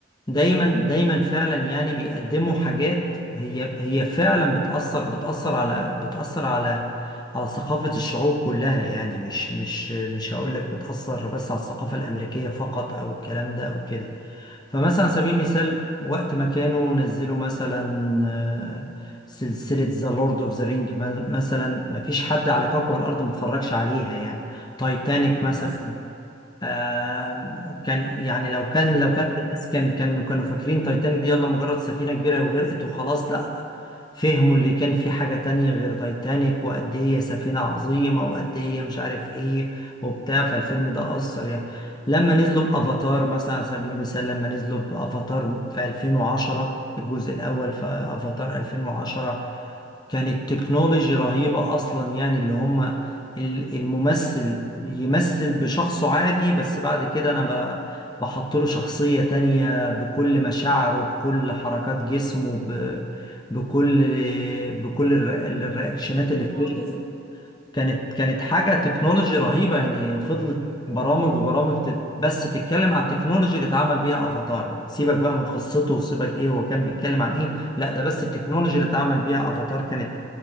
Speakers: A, on the left; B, on the left.
A: دايما دايما فعلا يعني بيقدموا حاجات هي هي فعلا بتأثر بتأثر على بتأثر على على ثقافة الشعوب كلها يعني مش مش مش هقول لك بتأثر بس على الثقافة الأمريكية فقط أو الكلام ده أو كده فمثلا على سبيل المثال وقت ما كانوا نزلوا مثلا آه، سلسلة ذا لورد اوف ذا رينج مثلا ما فيش حد على كوكب الأرض ما اتفرجش عليها يعني تايتانيك مثلا
B: مثلا
A: آم، كان يعني لو كان لو
B: طبعا
A: كان الناس كان كان كانوا فاكرين تايتانيك دي يلا مجرد سفينة كبيرة وغرقت وخلاص لا فهموا اللي كان في حاجة تانية غير تايتانيك وقد ايه هي سفينة عظيمة وقد ايه هي مش عارف ايه وبتاع فالفيلم ده أثر يعني لما نزلوا بأفاتار مثلا على سبيل المثال لما نزلوا بأفاتار في 2010 الجزء الأول في أفاتار 2010 كانت تكنولوجي رهيبة أصلا يعني اللي هم ال- الممثل يمثل بشخصه عادي بس بعد كده انا ب- بحط له شخصية تانية بكل مشاعره بكل حركات جسمه ب... بكل بكل الر- الرياكشنات
B: كانت
A: اللي في
B: معجزه
A: وشه كانت كانت حاجة تكنولوجي رهيبة يعني فضلت برامج وبرامج تت بس تتكلم على التكنولوجي اللي اتعمل بيها افاتار سيبك بقى من قصته وسيبك ايه هو كان بيتكلم عن ايه لا ده بس التكنولوجي اللي اتعمل بيها افاتار كانت